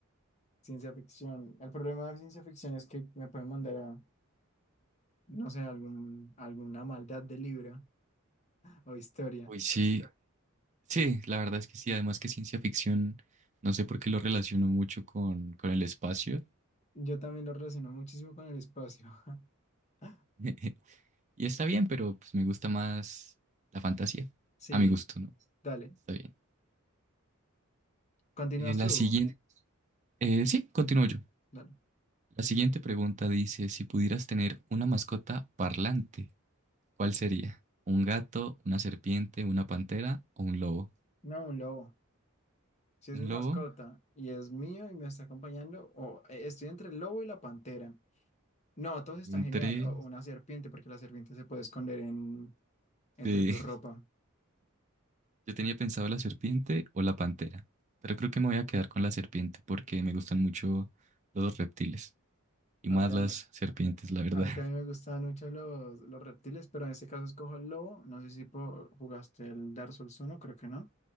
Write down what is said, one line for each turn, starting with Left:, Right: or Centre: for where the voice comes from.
Left: Ciencia ficción. El problema de ciencia ficción es que me pueden mandar a no sé, algún, alguna maldad de libro <laughs> o historia.
Right: uy, sí, sí, la verdad es que sí, además que ciencia ficción, no sé por qué lo relaciono mucho con, con el espacio.
Left: Yo también lo relaciono muchísimo con el espacio. <laughs>
Right: <laughs> Y está bien, pero pues me gusta más la fantasía.
Left: Sí,
Right: A mi gusto, ¿no?
Left: dale.
Right: Está bien.
Left: Continúas
Right: Eh, la
Left: tú.
Right: siguiente, eh, sí, continúo yo.
Left: Dale.
Right: La siguiente pregunta dice, si pudieras tener una mascota parlante, ¿cuál sería? ¿Un gato, una serpiente, una pantera o un lobo?
Left: No, un lobo. Si es
Right: Un
Left: mi mascota
Right: lobo,
Left: y es mío y me está acompañando, o eh, estoy entre el lobo y la pantera. No, todos están
Right: yo entré,
Left: genial. O una serpiente, porque la serpiente se puede esconder en, entre
Right: sí.
Left: tu
Right: <laughs>
Left: ropa.
Right: Yo tenía pensado la serpiente o la pantera, pero creo que me voy a quedar con la serpiente porque me gustan mucho los reptiles y
Left: A
Right: más
Left: mí también,
Right: las serpientes, la verdad.
Left: A mí también me gustaban mucho los, los reptiles, pero en este caso escojo el lobo. No sé si po- jugaste el Dark Souls 1, creo que no.